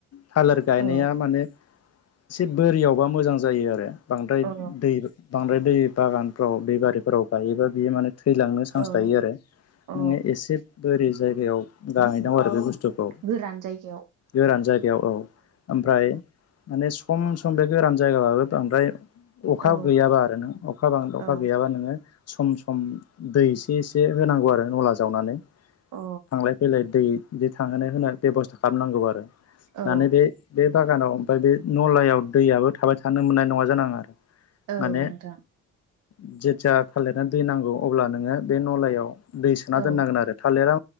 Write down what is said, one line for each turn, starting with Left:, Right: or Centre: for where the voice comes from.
Left: थालिर गायनाया
Right: औ
Left: माने एसे बोरियावबा मोजां जायो आरो बांद्राय
Right: अ
Left: दै बांद्राय दै बागानफ्राव बेबारिफोराव गायोबा बियो माने थैलांनो चान्स
Right: औ
Left: दायो आरो
Right: अ
Left: नोंङो एसे ओरै जायगायाव गांहै दं आरो बे बुस्थु बुस्थुखौ
Right: गोरान जायगायाव
Left: गोरान जायगायाव औ ओमफ्राय माने सम सम बे गोरान जायगाबाबो बांद्राय अखा
Right: औ
Left: गैयाबा आरो नों अखा बांद अखा
Right: औ
Left: गैयाबा नोङो सम सम दै एसे एसे होनांगौ आरो नला जावनानै
Right: अ
Left: थांलाय फैलाय दै बिदि थांहोनो होनाय बेब'स्था खालामनांगौ आरो
Right: औ
Left: माने बे बे बागानाव ओमफ्राय बे नलायाव दैयाबो थाबाय थानो मोननाय नंङा जानाङा आरो।
Right: औ
Left: मान
Right: नोंथां
Left: <inaudible> जे ज थालिरना दै नांगौ अब्ला नोंङो बे नलायाव दै सोना
Right: औ
Left: दोननांगोन आरो थालिरा